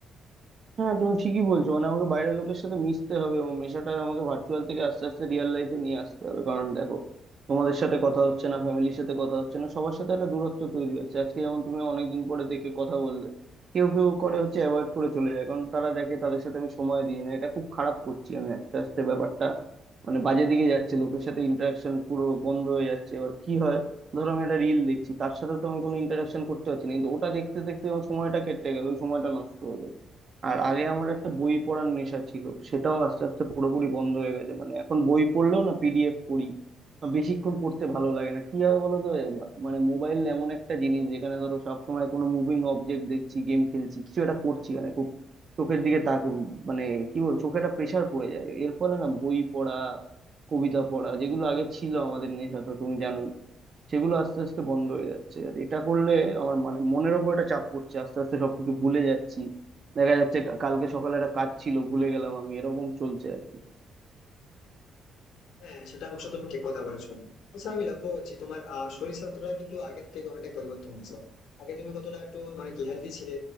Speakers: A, on the right; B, on the left.
A: হ্যাঁ তুমি ঠিকই বলছো মানে আমাকে বাইরের লোকের সাথে মিশতে হবে এবং মেশাটা আমাকে ভার্চুয়াল থেকে আস্তে আস্তে রিয়েল লাইফে নিয়ে আসতে হবে কারণ দেখো তোমাদের সাথে কথা হচ্ছে না ফ্যামিলির সাথে কথা হচ্ছে না সবার সাথে একটা দূরত্ব তৈরি হচ্ছে আজকে যেমন তুমি অনেকদিন পরে দেখে কথা বললে কেউ কেউ করে হচ্ছে অ্যাভয়েড করে চলে যায় কারণ তারা দেখে তাদের সাথে আমি সময় দিই না এটা খুব খারাপ করছি আমি আস্তে আস্তে ব্যাপারটা মানে বাজে দিকে যাচ্ছে লোকের সাথে ইন্টারাকশন পুরো বন্ধ হয়ে যাচ্ছে এবার কি হয় ধরো আমি একটা রিল দেখছি তার সাথে তো আমি কোনো ইন্টারাকশন করতে পারছি না কিন্তু ওটা দেখতে দেখতে আমার সময়টা কেটে গেল ওই সময়টা নষ্ট হলো আর আগে আমার একটা বই পড়ার নেশা ছিল সেটাও আস্তে আস্তে পুরোপুরি বন্ধ হয়ে গেছে মানে এখন বই পড়লেও না পিডিএফ পড়ি বা বেশিক্ষণ পড়তে ভালো লাগে না কি হয় বলো তো এ মা- মানে মোবাইল এমন একটা জিনিস যেখানে ধরো সবসময় কোনো মুভিং অবজেক্ট দেখছি গেম খেলছি কিছু একটা করছি মানে খুব চোখের দিকে তাক মানে কি বল চোখে একটা প্রেশার পড়ে যায় এর ফলে না বই পড়া কবিতা পড়া যেগুলো আগে ছিল আমাদের নেশা তো তুমি জানো সেগুলো আস্তে আস্তে বন্ধ হয়ে যাচ্ছে আর এটা করলে আমার মানে মনের ওপর একটা চাপ পড়ছে আস্তে আস্তে সবকিছু ভুলে যাচ্ছি দেখা যাচ্ছে কা- কালকে সকালে একটা কাজ ছিল ভুলে গেলাম আমি এরকম চলছে আর কি
B: হ্যাঁ সেটা অবশ্য তুমি ঠিক কথা বলেছো আচ্ছা আমি লক্ষ্য করছি তোমার আহ, শরীর স্বাস্থ্যটা কিন্তু আগের থেকে অনেকটাই পরিবর্তন হয়েছে আগে তুমি কতটা একটু মানে কি হেলদি ছিলে